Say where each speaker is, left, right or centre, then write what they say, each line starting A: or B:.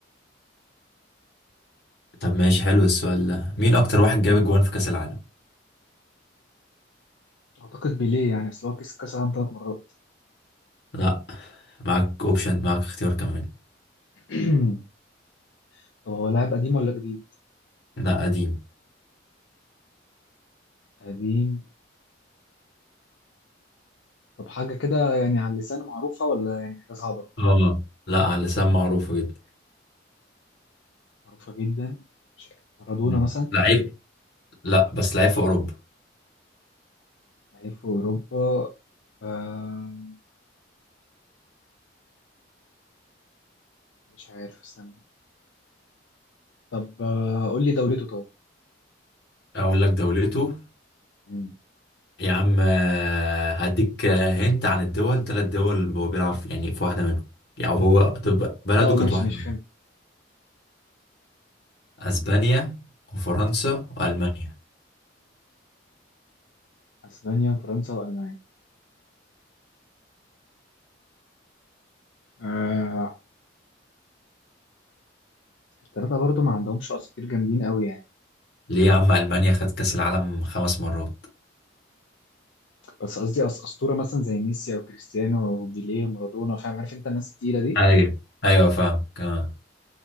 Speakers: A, on the left; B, on the left.
A: طب ماشي حلو السؤال ده مين اكتر واحد
B: انت
A: جاب اجوان في كأس العالم؟
B: اعتقد بيليه يعني اصل هو كسب كاس العالم ثلاث مرات
A: لا معاك اوبشن معاك اختيار كمان
B: <clears throat> طب هو لاعب قديم ولا جديد
A: لا قديم
B: قديم طب حاجه كده يعني على اللسان معروفه ولا يعني حاجه صعبه
A: اه لا على لسان معروفة جدا
B: معروفه جدا مش عارف مارادونا
A: مم.
B: مثلا
A: لعيب لا بس لعيب في اوروبا
B: لعيب في اوروبا آه مش عارف استنى طب آه قول لي دولته طيب
A: اقول لك دولته
B: مم.
A: يا عم آه، هديك آه، هنت عن الدول ثلاث دول هو بيلعب في- يعني في واحده منهم يعني هو طب بلده
B: اه
A: كانت
B: ماشي
A: واحده
B: ماشي
A: منهم
B: فهمت
A: اسبانيا وفرنسا والمانيا
B: اسبانيا وفرنسا والمانيا آه الثلاثه برضو ما عندهمش اساطير جامدين قوي يعني
A: ليه يا عم المانيا خدت كاس العالم خمس مرات
B: بس قصدي أس- اسطوره مثلا زي ميسي او كريستيانو او بيليه ومارادونا فاهم عارف انت الناس التقيله دي
A: ايوه ايوه فاهم آه.